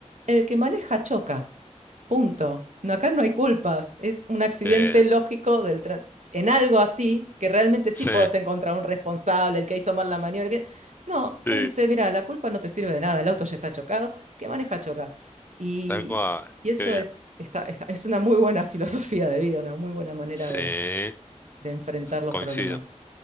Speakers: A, on the right; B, on the left.
A: el que maneja choca. Punto. No, acá no hay culpas, es un accidente
B: qué bien.
A: lógico del tran- en algo así, que realmente sí
B: Sí,
A: podés encontrar un responsable, el que hizo mal la maniobra. el que- No,
B: sí,
A: él dice, mira, la culpa no te sirve de nada, el auto ya está chocado, que maneja choca. Y,
B: tal cual.
A: y eso
B: Qué bien.
A: es, está, está- es una muy buena <laughs> filosofía de vida, una muy buena manera
B: Sí,
A: de, de enfrentar los
B: coincido.
A: problemas.